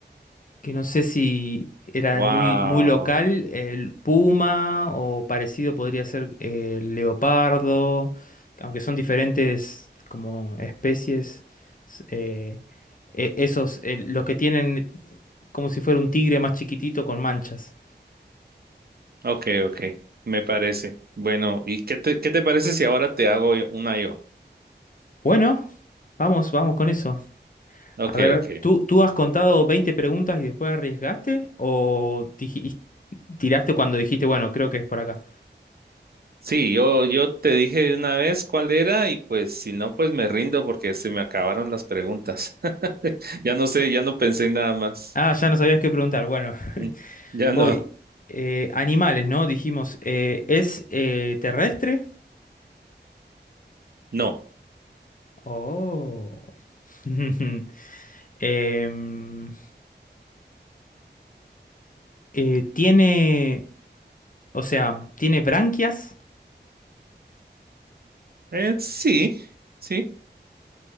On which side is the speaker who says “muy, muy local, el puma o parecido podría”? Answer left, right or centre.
Left